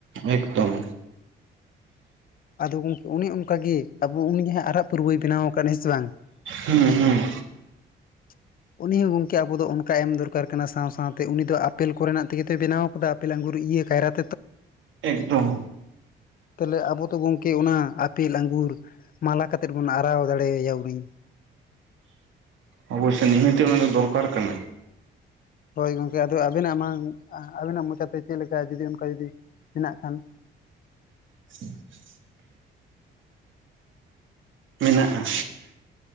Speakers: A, on the right; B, on the left.
A: ᱮᱠᱫᱚᱢ᱾
B: ᱟᱫᱚ ᱜᱚᱢᱠᱮ ᱚᱱᱮ ᱚᱱᱠᱟ ᱜᱮ ᱟᱵᱚ ᱩᱱᱤ ᱡᱟᱦᱟᱸᱭ ᱟᱨᱟᱜ ᱯᱟᱹᱨᱣᱟᱹᱭ ᱵᱮᱱᱟᱣ ᱟᱠᱟᱫ ᱦᱮᱸ ᱵᱟᱝ᱾
A: ᱦᱮᱸ ᱦᱮᱸ᱾
B: <inaudible> ᱩᱱᱤ ᱦᱚᱸ ᱜᱚᱝᱠᱮ ᱟᱵᱚ ᱚᱱᱠᱟ ᱮᱢ ᱫᱚᱨᱠᱟᱨ ᱠᱟᱱᱟ᱾ ᱥᱟᱶ ᱥᱟᱶᱛᱮ ᱩᱱᱤ ᱫᱚ ᱟᱯᱮᱞ ᱠᱚᱨᱮᱱᱟᱜ ᱛᱮᱜᱮ ᱛᱚᱭ ᱵᱮᱱᱟᱣ ᱟᱠᱟᱫᱟ᱾ ᱟᱯᱮᱞ, ᱟᱝᱜᱩᱨ ᱤᱭᱟᱹ ᱠᱟᱭᱨᱟ ᱛᱮ᱾
A: ᱮᱠᱫᱚᱢ᱾
B: <inaudible> ᱛᱟᱦᱚᱞᱮ ᱟᱵᱚ ᱛᱚ ᱜᱚᱢᱠᱮ ᱚᱱᱟ ᱟᱯᱮᱞ ᱟᱸᱜᱩᱨ ᱢᱟᱞᱟ ᱠᱟᱛᱮᱫ ᱵᱚᱱ ᱟᱨᱟᱣ ᱫᱟᱲᱮᱭᱟᱭᱟ ᱩᱱᱤ᱾
A: ᱚᱵᱚᱥᱥᱳᱭ ᱱᱤᱦᱟᱹᱛᱤ ᱚᱱᱟ ᱫᱚ ᱫᱚᱨᱠᱟᱨ ᱠᱟᱱᱟ᱾
B: ᱦᱳᱭ ᱜᱚᱢᱠᱮ ᱟᱫᱚ ᱟᱵᱮᱱᱟᱜ ᱢᱟ ᱟᱵᱮᱱᱟᱜ ᱢᱚᱪᱟ ᱛᱮ ᱪᱮᱫ ᱞᱮᱠᱟ ᱡᱩᱫᱤ ᱚᱱᱠᱟ ᱡᱩᱫᱤ ᱢᱮᱱᱟᱜ ᱠᱷᱟᱱ᱾
A: <inaudible> ᱢᱮᱱᱟᱜᱼᱟ᱾